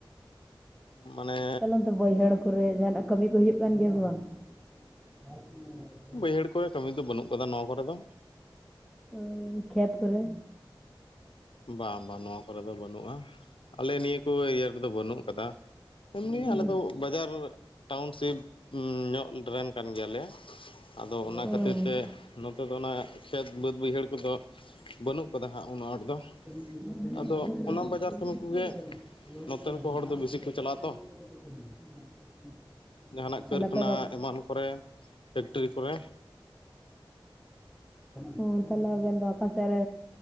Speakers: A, on the left (about 75°); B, in the centre.
A: ᱢᱟᱱᱮ
B: ᱛᱟᱦᱞᱮ ᱚᱱᱛᱮ ᱵᱟᱹᱭᱦᱟᱹᱲ ᱠᱚᱨᱮ ᱡᱟᱦᱟᱱᱟᱜ ᱠᱟᱹᱢᱤ ᱠᱚ ᱦᱩᱭᱩᱜ ᱠᱟᱱ ᱜᱮᱭᱟ ᱥᱮ ᱵᱟᱝ? <inaudible>
A: ᱵᱟᱹᱭᱦᱟᱹᱲ ᱠᱚᱨᱮ ᱠᱟᱹᱢᱤ ᱫᱚ ᱵᱟᱹᱱᱩᱜ ᱟᱠᱟᱫᱟ ᱱᱚᱣᱟ ᱠᱚᱨᱮ ᱫᱚ᱾
B: ᱚ ᱠᱷᱮᱛ ᱠᱚᱨᱮ?
A: ᱵᱟᱝ ᱵᱟᱝ ᱱᱚᱣᱟ ᱠᱚᱨᱮ ᱫᱚ ᱵᱟᱹᱱᱩᱜᱼᱟ᱾ ᱟᱞᱮ ᱱᱤᱭᱟᱹ ᱤᱭᱟᱹ ᱨᱮᱫᱚ ᱵᱟᱹᱱᱩᱜ ᱟᱠᱟᱫᱟ ᱮᱢᱱᱤ
B: ᱦᱩᱸ
A: ᱟᱞᱮ ᱫᱚ ᱵᱟᱡᱟᱨ ᱴᱟᱣᱩᱱᱥᱤᱯ ᱧᱚᱜ ᱨᱮᱱ ᱠᱟᱱ ᱜᱮᱭᱟᱞᱮ ᱟᱫᱚ ᱚᱱᱟ
B: ᱦᱩᱸ
A: ᱠᱷᱟᱹᱛᱤᱨ ᱛᱮ ᱱᱚᱛᱮ ᱫᱚ ᱚᱱᱟ ᱠᱷᱮᱛ ᱵᱟᱹᱫᱽ ᱵᱟᱹᱭᱦᱟᱹᱲ ᱠᱚᱫᱚ ᱵᱟᱹᱱᱩᱜ ᱠᱟᱫᱟ ᱦᱟᱸᱜ ᱩᱱᱟᱹᱜ ᱟᱸᱴ ᱫᱚ᱾
B: <inaudible>
A: ᱟᱫᱚ ᱚᱱᱟ ᱵᱟᱡᱟᱨ ᱠᱟᱹᱢᱤ ᱠᱚᱜᱮ ᱱᱚᱛᱮᱱ
B: <inaudible>
A: ᱠᱚ ᱦᱚᱲ ᱫᱚ ᱵᱮᱥᱤ ᱠᱚ ᱪᱟᱞᱟᱜᱼᱟ ᱛᱚ ᱡᱟᱦᱟᱱᱟᱜ
B: ᱛᱟᱦᱚᱞᱮ
A: ᱠᱟᱹᱨᱠᱷᱟᱱᱟ
B: ᱟᱯᱮ ᱫᱚ
A: ᱮᱢᱟᱱ ᱠᱚᱨᱮ, ᱯᱷᱮᱠᱴᱨᱤ ᱠᱚᱨᱮ᱾
B: ᱦ ᱛᱟᱦᱞᱮ ᱟᱵᱮᱱ ᱫᱚ ᱚᱠᱟ ᱥᱮᱫ ᱨᱮ